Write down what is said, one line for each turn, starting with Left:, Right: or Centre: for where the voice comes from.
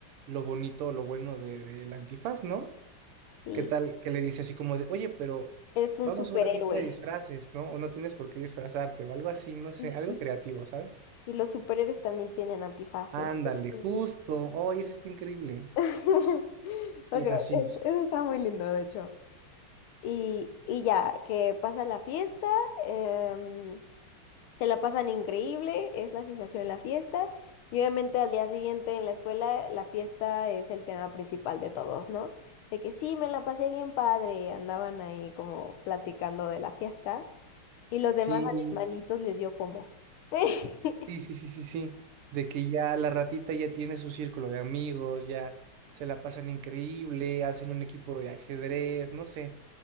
Right: lo bonito o lo bueno de- del antifaz, ¿no?
Left: sí.
Right: ¿Qué tal que le dice así como de, oye, pero
Left: Es un
Right: vamos
Left: superhéroe.
Right: a una fiesta de disfraces, ¿no? O no tienes por qué disfrazarte, o algo así, no sé,
Left: Ujú.
Right: algo creativo, ¿sabes?
Left: Sí, los superhéroes también tienen antifaces.
Right: Ándale,
Left: Sí.
Right: justo, oye, eso está increíble.
Left: <laughs> Ok,
Right: Sí, así,
Left: e- eso está muy lindo, de hecho. Y, y ya, que pasa la fiesta, em, se la pasan increíble, es la sensación de la fiesta. Y obviamente al día siguiente en la escuela, la fiesta es el tema principal de todos, ¿no? De que sí, me la pasé bien padre, andaban ahí como platicando de la fiesta. Y los
Right: sí,
Left: demás animalitos les dio FOMO. <laughs>
Right: Sí, sí, sí, sí, sí. De que ya la ratita ya tiene su círculo de amigos, ya se la pasan increíble, hacen un equipo de ajedrez, no sé,